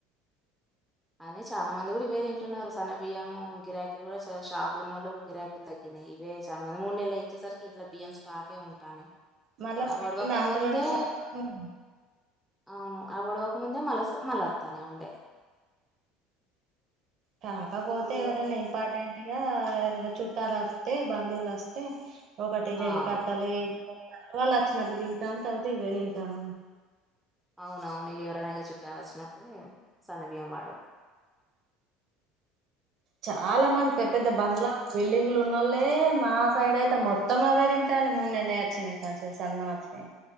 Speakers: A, in the centre; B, on the right.
A: అదే చాలా మంది కూడా ఇవే తింటున్నారు సన్న బియ్యము గిరాకీలు కూడా షాపులున్నోళ్ళకు గిరాకీలు తగ్గినయి ఇవే చానా మంది మూడు నెల్లో ఇచ్చేసరికి ఇంట్లో బియం స్టాకే ఉంటానాయి
B: మళ్ళ
A: అవి
B: <inaudible>
A: ఒడవక ముందే అవును ఆ గొడవకు ముందే మళ్ళస్ మళ్ళ వత్తానే ఉండే
B: కాకపోతే
A: ఇప్పుడు
B: ఎవరన్నా ఇంపార్టెంట్ గా ఎవరైనా చు ట్టాలు వస్తే బంధువులస్తే ఒకటి రెండు
A: ఆ
B: కట్టలు <inaudible> వాళ్ళు వచ్చినప్పుడు తింటాం తర్వాత ఇవే తింటాం
A: అవునవును ఎవరైనాగా చుట్టాలు వచ్చినప్పుడే సన్నబియం వాడ
B: చాలా మంది పె పెద్ద బంగ్లా బిల్డింగ్లు ఉన్నోళ్ళలే మా సైడ్ అయితే మొత్తం అవే తింటాలి మూడు నెల్లయి వచ్చినాయి కా తెల్ సన్నం వచ్చినయి